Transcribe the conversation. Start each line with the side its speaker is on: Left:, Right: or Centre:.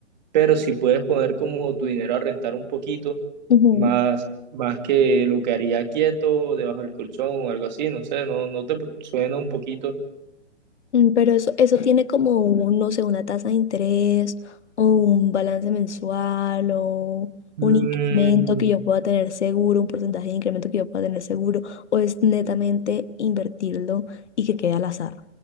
Right: pero si puedes poner como tu dinero a rentar un poquito
Left: Ujú.
Right: más, más que lo que haría quieto debajo del colchón o algo así, no sé, no, no te suena un poquito.
Left: Mm, Pero eso, eso tiene como, un, no sé, una tasa de interés o un balance mensual o
Right: Mm,
Left: un incremento que yo pueda tener seguro, un porcentaje de incremento que yo pueda tener seguro, o es netamente invertirlo y que quede al azar.